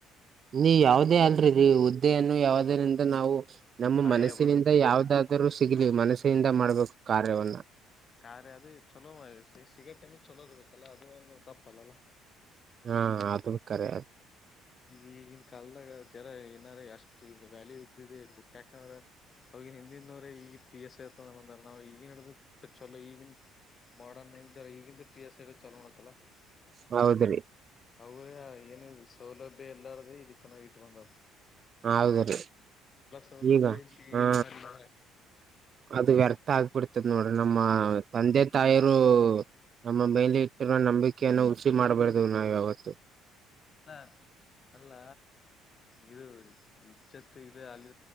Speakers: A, on the right; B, on the left.
A: ನೀ ಯಾವದೇ ಅಲ್ರಿ ಹುದ್ದೆಯನ್ನು ಯಾವದಿಂದ ನಾವು ನಮ್ಮ
B: ಹಳಿಯ
A: ಮನಸ್ಸಿನಿಂದ
B: ಬಡ್ದು
A: ಯಾವದ್ರು ಸಿಗ್ಲಿ ಮನಸ್ಸಿನಿಂದ ಮಾಡ್ಬೇಕು ಕಾರ್ಯವನ್ನ
B: ಕಾರ್ಯ ಅದೇ ಚಲೋ ಸಿಗಟ್ ಟೈಮಿಗೆ ಚಲೋ ಸಿಗುರ್ಬೇಕೇಕಲ್ಲ ಅದು ಒಂದು ತಪ್ಪಲ್ಲಲ್ಲ
A: ಹಾ.. ಅದು ಕರೇ
B: ಈ ಈಗಿನ ಕಲ್ದಾಗ ಜರ ಏನಾರ ಎಷ್ಟು ಈಗ ವ್ಯಾಲ್ಯೂ ಇದ್ದಿದೆ ಇಬು ಯಾಕಂದ್ರ ಅವಗನ್ ಹಿಂದಿಂದವ್ರ ಈಗ ಪಿ ಎಸ್ ಐ ಆಯತ ಬಂದ ನಾವು ಈಗಿನ್ಡಿದ ಚ ಚಲೋ ಈಗನ್ ಮಾಡನ್ ಇ ಈಗಿಂದ ಪಿ ಎಸ್ ಐ ಚಾ ನೋಕಲ್ಲ <unintelligible>
A: ಹೌದ್ರಿ
B: ಅವ್ರ ಏನು ಸೌಲಭ್ಯ ಎಲ್ಲಾರ್ದೇ ಈ ರೀತನಾಗಿ ಇಟ್ ಬಂದವರು
A: ಹೌದ ರೀ.
B: ಸೌಲಭ್ಯ
A: ಈಗ
B: ಇ
A: ಹಾ
B: ಏನು ಮಾಡಿಲ್ಲ
A: ಅದು ವ್ಯರ್ಥ ಆಗ್ಬಿಡ್ತದ ನೋಡ್ರಿ ನಮ್ಮ
B: ಹಾ
A: ತಂದೆ ತಾಯಿರು ನಮ್ಮ ಮೇಲೆ ಇಟ್ಟಿರೋ ನಂಬಿಕೆಯನ್ನ ಹುಸಿ ಮಾಡ್ಬಾರ್ದ್ ನಾವಾವತ್ತು
B: ಇಲ್ಲ ಅಲ್ಲ ಇದು ಇಜತ್ತು ಇದು ಅಲ್ಲಿ